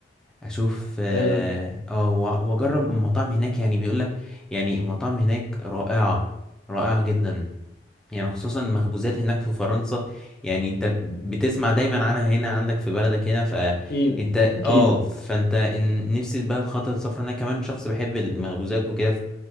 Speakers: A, in the centre; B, on the left.
A: اشوف اه
B: حلو
A: آه، وأ- واجرب المطاعم هناك يعني بيقولك يعني المطاعم هناك رائعة رائعة جدا يعني خصوصا المخبوزات هناك في فرنسا يعني انت بتسمع دايما عنها هنا عندك في بلدك هنا فانت
B: اكيد اكيد
A: اه فانت ان- نفسي بقى خطوة سفر انا كمان شخص بحب المخبوزات وكده